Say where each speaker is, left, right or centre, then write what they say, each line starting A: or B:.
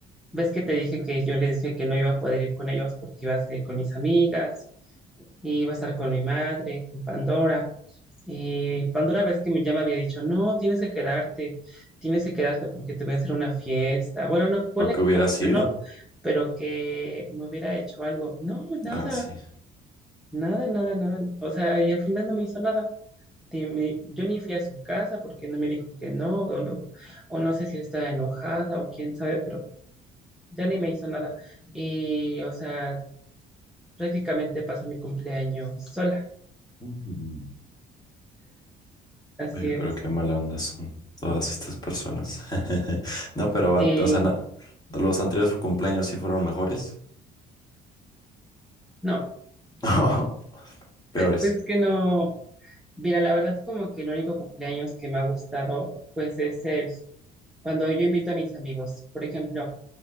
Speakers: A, in the centre; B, on the left.
A: ves que te dije que yo les dije que no iba a poder ir con ellos porque iba a salir con mis amigas, y iba a estar con mi madre, con Pandora. Y Pandora ves que mi- ya me había dicho, no, tienes que quedarte, tienes que quedarte porque te voy a hacer una fiesta. Bueno, no, ponle
B: Lo que
A: que
B: hubiera
A: una fiesta,
B: sido.
A: no, pero que me hubiera hecho algo. No, nada,
B: Ah, sí.
A: nada, nada, nada. O sea, y al final no me hizo nada. Y me- yo ni fui a su casa porque no me dijo que no, o no, o no sé si está enojada o quién sabe, pero ya ni me hizo nada. Y, o sea, prácticamente pasé mi cumpleaños sola,
B: Mm.
A: así
B: Oye,
A: es.
B: pero qué mala onda son todas estas personas. <laughs> No, pero,
A: Y
B: an- o sea, na- los anteriores cumpleaños sí fueron mejores.
A: no,
B: <laughs> Peores.
A: pues que no. Mira, la verdad como que el único cumpleaños que me ha gustado pues es el cuando yo invito a mis amigos. Por ejemplo,